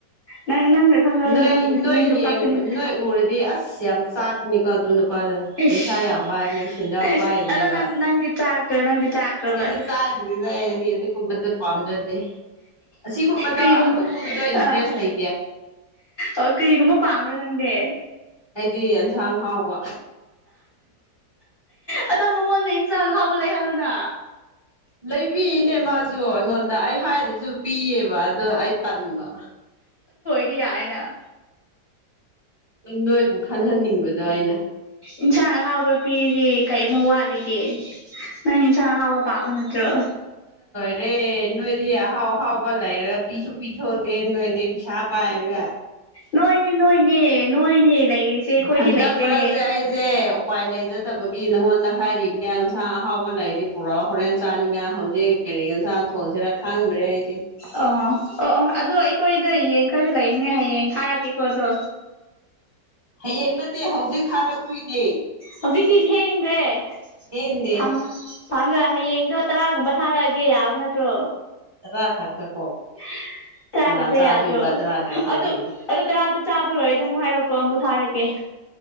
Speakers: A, on the left (about 45°); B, on the right (about 25°).
A: ꯅꯪ ꯅꯪꯒ ꯈꯪꯅꯕꯗ
B: ꯅꯣꯏ
A: ꯅꯪ
B: ꯅꯣꯏ
A: ꯅꯪꯒ
B: ꯌꯦꯡ
A: ꯄꯛꯀꯅꯤꯗ
B: ꯅꯣꯏ ꯎꯔꯗꯤ ꯑꯁ ꯌꯥꯝ ꯆꯥꯛꯅꯤꯀꯣ ꯑꯗꯨ
A: ꯏꯁ
B: ꯄꯩꯁꯥ ꯌꯥꯝ ꯄꯥꯏ ꯄꯥꯏꯕꯅꯦꯕ ꯁꯦꯟꯖꯥꯎ
A: ꯑꯁ
B: ꯄꯥꯏꯕꯅꯦꯕ
A: ꯑꯗꯣ ꯅꯪ ꯅꯪꯗꯤ ꯆꯥꯛꯇ꯭ꯔꯣ ꯅꯪꯗꯤ ꯆꯥꯛꯇ꯭ꯔꯕ
B: ꯑꯩꯗꯤ <unintelligible> ꯑꯩꯗꯤ ꯑꯗꯨꯒꯨꯝꯕꯗ ꯄꯥꯝꯖꯗꯦ ꯑꯁꯤꯒꯨꯝꯕꯗꯣ
A: ꯀꯔꯤꯒꯨꯝꯕ
B: ꯑꯗꯨꯒꯨꯝꯕꯗꯣ ꯏꯟꯇꯔꯦꯁ
A: ꯑꯥ
B: ꯂꯩ
A: ꯑꯣ ꯀꯔꯤꯒꯨꯝꯕ ꯄꯥꯝꯕ꯭ꯔꯣ ꯅꯪꯗꯤ
B: ꯍꯥꯏꯗꯤ ꯑꯦꯟꯁꯥꯡ ꯍꯥꯎꯕ
A: ꯑꯗꯣ ꯃꯉꯣꯟꯗ ꯏꯟꯁꯥꯡ ꯍꯥꯎꯕ ꯂꯩꯍꯜꯂꯨꯅ
B: ꯂꯩꯕꯤꯅꯦ ꯃꯥꯁꯨ ꯑꯩꯉꯣꯟꯗ ꯑꯩ ꯍꯥꯏꯗꯁꯨ ꯄꯤꯌꯦꯕ ꯑꯗꯣ ꯑꯩ ꯇꯟꯕ
A: ꯗꯤ ꯌꯥꯏꯅ
B: ꯅꯣꯏꯕꯨ ꯈꯪꯍꯟꯅꯤꯡꯕꯗꯣ ꯑꯩꯅ
A: ꯏꯟꯁꯥꯡ ꯑꯍꯥꯎꯕ ꯄꯤꯔꯤ ꯀꯩꯃꯨꯛ ꯋꯥꯠꯂꯤ ꯅꯪ ꯏꯟꯁꯥꯡ ꯟꯍꯥꯎꯕ ꯄꯥꯝꯕ ꯅꯠꯇ꯭ꯔꯣ
B: ꯑꯦ ꯅꯣꯏꯗꯤ ꯑꯍꯥꯎ ꯑꯍꯥꯎꯕꯥ ꯂꯩꯔ <unintelligible> ꯄꯤꯊꯣꯛꯇꯦ ꯅꯣꯏꯗꯤ ꯄꯩꯁꯥꯥ ꯄꯥꯏꯔꯒꯥ
A: ꯅꯣꯏꯅꯦ ꯅꯣꯏꯅꯦ ꯅꯣꯏꯅꯦ ꯂꯩꯔꯤꯁꯦ ꯑꯩꯈꯣꯏꯗꯤ
B: ꯍꯟꯗꯛ
A: ꯂꯩꯇꯦ
B: ꯃꯔꯛꯁꯦ ꯑꯩꯁꯦ ꯎꯄꯥꯏ ꯂꯩꯖꯗꯕꯒꯤ ꯅꯪꯉꯣꯟꯗ ꯍꯥꯏꯔꯤꯕꯅꯦ ꯏꯟꯁꯥꯡ ꯑꯍꯥꯎꯕ ꯂꯩꯗꯤ ꯄꯨꯔꯥ ꯍꯣꯔꯦꯟ ꯆꯥꯅꯤꯡꯉ ꯍꯧꯖꯤꯛ ꯀꯔꯤꯒꯤ ꯏꯟꯁꯥꯡ ꯊꯣꯡꯁꯤꯔ ꯈꯥꯡꯗ꯭ꯔꯦ ꯑꯩꯁꯦ
A: ꯑꯣ ꯑꯣ ꯑꯣ ꯑꯗꯣ ꯑꯩꯈꯣꯏꯗ ꯌꯦꯡ ꯈꯔꯗꯤ ꯂꯩꯕꯅꯦ ꯍꯌꯦꯡ ꯊꯥꯔꯛꯀꯦꯀꯣ ꯑꯗꯣ
B: ꯍꯌꯦꯡ ꯅꯠꯇꯦ ꯍꯧꯖꯤꯛ ꯊꯥꯔꯛꯇꯣꯏꯅꯦ
A: ꯍꯧꯖꯤꯛꯇꯤ ꯊꯦꯡꯒꯔꯦ
B: ꯊꯦꯡꯗꯦ
A: <unintelligible> ꯍꯌꯦꯡꯗꯣ ꯇꯔꯥꯒꯨꯝꯕ ꯊꯥꯔꯛꯑꯒꯦ ꯌꯥꯕ ꯅꯠꯇ꯭ꯔꯣ
B: <unintelligible>
A: <unintelligible> ꯇꯔꯥ
B: ꯀꯅꯥ
A: ꯈꯛꯇ
B: ꯆꯥꯗꯣꯏꯕ
A: ꯌꯥꯗ꯭ꯔꯣ
B: ꯇꯔꯥ ꯈꯛꯇꯗꯤ
A: ꯑꯗꯨ ꯑꯗꯨ ꯇꯔꯥꯗꯣ ꯆꯥꯕ ꯂꯣꯏꯔꯗꯤ ꯑꯃꯨꯛ ꯍꯥꯏꯔꯛꯑꯣ ꯑꯃꯨꯛ ꯊꯥꯔꯀꯦ <unintelligible>